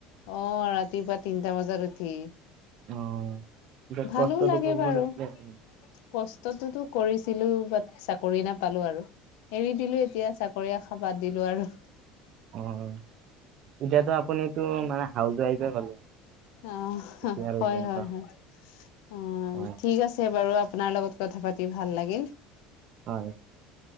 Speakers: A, on the left; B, on the right.
A: অ', ৰাতিপুৱা তিনিটা বজাত উঠি।
B: অ পিছত
A: ভালো
B: কষ্টটো
A: লাগে
B: কম কৰিছিলে
A: বাৰু।
B: আপুনি।
A: কষ্টটোতো কৰিছিলো, বাট চাকৰি নাপালো আৰু। এৰি দিলো এতিয়া, চাকৰি আশা বাদ দিলো আৰু।
B: অ', এতিয়াতো আপুনিটো মানে হাউচ ৱাইফে হ'লে।
A: অ',
B: এতিয়া আৰু
A: হয়,
B: কেনেকুৱা
A: হয়,
B: হ'ব।
A: হয়, অ',
B: হয়,
A: ঠিক আছে বাৰু আপোনাৰ লগত কথা পাতি ভাল লাগিল।
B: হয়।